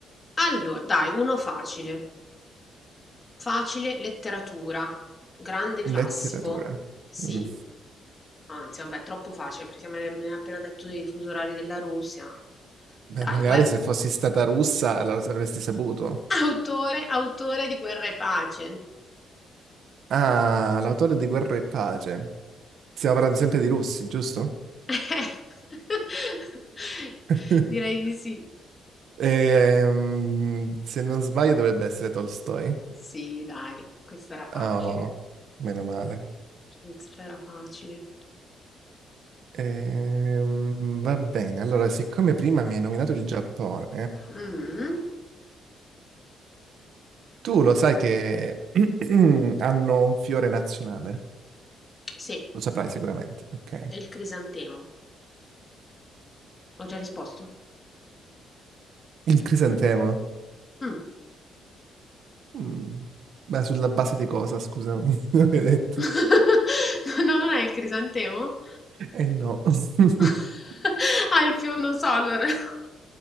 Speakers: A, on the left; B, on the right.
A: Allo dai, uno facile. Facile, letteratura, grande classico.
B: Letteratura.
A: Sì,
B: Mm.
A: anzi vabbè, troppo facile perché me me ne ha appena detto i fusi orari della Russia, ma
B: Beh,
A: dai,
B: magari
A: guer
B: se fossi stata russa la- avresti saputo.
A: <laughs> autore autore di Guerra e pace.
B: Ah, l'autore di Guerra e Pace. Stiamo parlando sempre di russi, giusto?
A: <laughs>
B: <laughs>
A: Direi di sì.
B: Ehm, se non sbaglio dovrebbe essere Tolstoi.
A: Sì, dai, questa era facile.
B: Oh, meno male.
A: Questa era facile.
B: Ehm, va bene, allora, siccome prima mi hai nominato il Giappone,
A: Mm.
B: tu lo sai che <clears throat> hanno un fiore nazionale?
A: Sì,
B: Lo saprai sicuramente, ok.
A: è il crisantemo. Ho già risposto.
B: Il crisantemo.
A: Mm.
B: Mm. Ma sulla base di cosa, scusami, <laughs> non hai detto?
A: <laughs> No, non è il crisantemo?
B: Eh no. <laughs>
A: <laughs> Ah, il fiume, non so allora. <laughs>